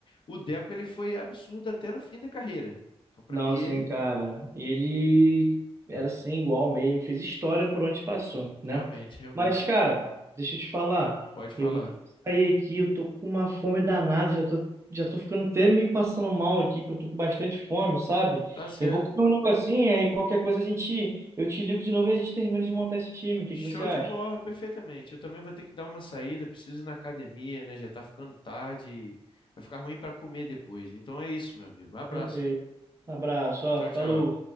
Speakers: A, on the left (about 50°); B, on the right (about 25°).
A: o Deco ele foi absurdo até no fim da carreira. Então, pra
B: Não,
A: mim, ele
B: sim, cara. Ele era assim, igual mesmo, fez história por onde passou, né?
A: realmente, realmente
B: Mas, cara, deixa eu te falar,
A: pode falar.
B: eu vou ter que sair aqui, eu tô com uma fome danada, já tô, já tô ficando até me passando mal aqui, que eu tô com bastante fome, sabe?
A: Tá certo.
B: Eu vou comer um negocinho, aí qualquer coisa a gente, eu te ligo de novo e a gente termina de montar esse time. O que
A: Show
B: que você acha?
A: de bola, perfeitamente. Eu também vou ter que dar uma saída, preciso ir na academia, né? Já tá ficando tarde, vai ficar ruim para comer depois. Então é isso, meu amigo. Abraço.
B: Perfeito. Um abraço, ó,
A: Tchau, tchau.
B: falou.